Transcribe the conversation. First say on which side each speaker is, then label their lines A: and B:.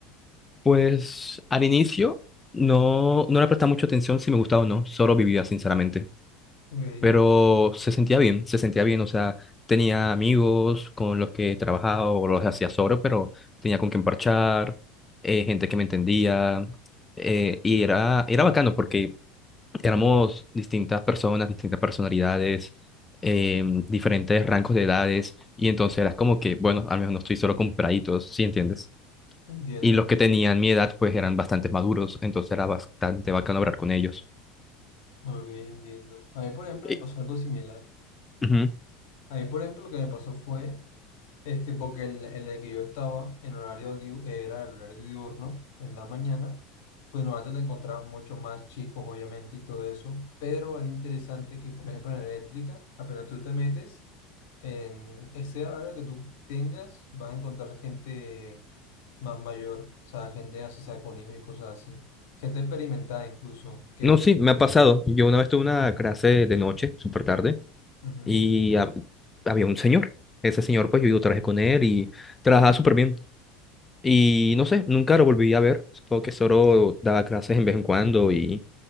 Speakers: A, on the left; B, on the left.
A: Pues al inicio no, no le prestaba mucha atención si me gustaba o no, solo vivía, sinceramente.
B: Ok,
A: pero se sentía bien, se sentía bien, o sea, tenía amigos con los que trabajaba o los hacía solo, pero tenía con quien parchar, eh, gente que me entendía, eh, y era, era bacano porque éramos distintas personas, distintas personalidades, em, diferentes rangos de edades, y entonces era como que, bueno, al menos no estoy solo con praditos, ¿sí entiendes?
B: entiendo,
A: Y los
B: entiendo.
A: que tenían mi edad, pues eran bastante maduros, entonces era bastante bacano hablar con ellos.
B: Ok, entiendo. A mí, por ejemplo,
A: Y-
B: me pasó algo similar.
A: Ujú.
B: A mí, por ejemplo, lo que me pasó fue Este, porque en, en el que yo estaba, en horario diu- era el horario diurno, en la mañana, pues no antes te encontrabas mucho más chicos, obviamente, y todo eso, pero era interesante que, por ejemplo, en la eléctrica, apenas tú te metes, en ese horario que tú tengas, vas a encontrar gente más mayor, o sea, gente así sea con hijos y cosas así, gente experimentada incluso, que
A: No,
B: es,
A: sí, me ha pasado. Yo una vez tuve una clase de noche, súper tarde,
B: ujú,
A: y hab- había un señor. Ese señor, pues yo, yo trabajé con él y trabajaba súper bien. Y no sé, nunca lo volví a ver. Supongo que solo daba clases en vez en cuando y,